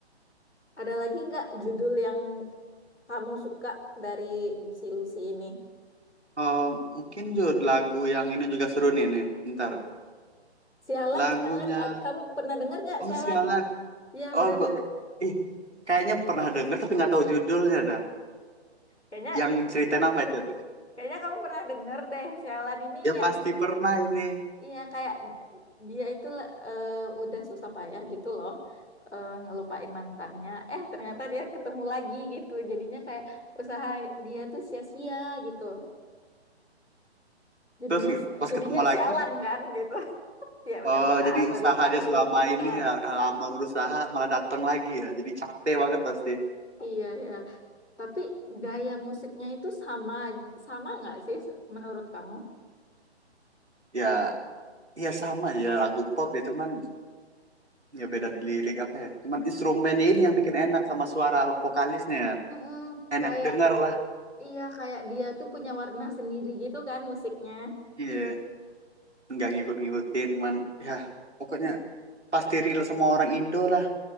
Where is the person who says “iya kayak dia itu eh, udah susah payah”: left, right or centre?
Left